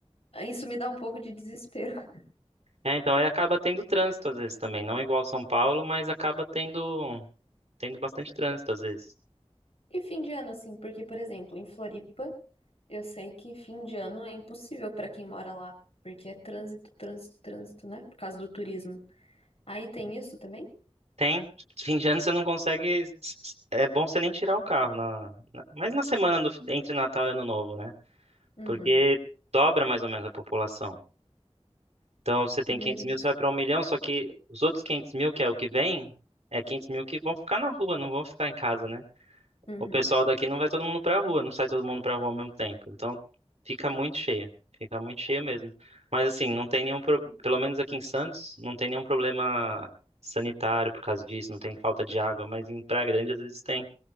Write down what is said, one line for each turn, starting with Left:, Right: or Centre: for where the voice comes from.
Left: Isso me dá um pouco de desespero. <laughs>
Right: É, então aí acaba tendo trânsito às vezes também, não é igual São Paulo, mas acaba tendo, tendo bastante trânsito às vezes.
Left: E fim de ano, assim, porque, por exemplo, em Floripa, eu sei que fim de ano é impossível pra quem mora lá, porque é trânsito, trânsito, trânsito, né? Por causa do turismo. Aí tem isso também?
Right: Tem. Tipo, Fim de ano você não consegue. É bom você nem tirar o carro na, na- mas na semana do- entre Natal e Ano Novo, né?
Left: Uhum.
Right: Porque dobra mais ou menos a população. Então você tem
Left: Meu
Right: 500
Left: Deus.
Right: mil, você vai para um milhão, só que os outros 500 mil, que é o que vem, é 500 mil que vão ficar na rua, não vão ficar em casa, né?
Left: Uhum.
Right: O pessoal daqui não vai todo mundo pra rua, não sai todo mundo pra rua ao mesmo tempo. Então fica muito cheia, fica muito cheia mesmo. Mas assim, não tem nenhum, pro... pelo menos aqui em Santos, não tem nenhum problema sanitário por causa disso, não tem falta de água, mas em Praia Grande às vezes tem.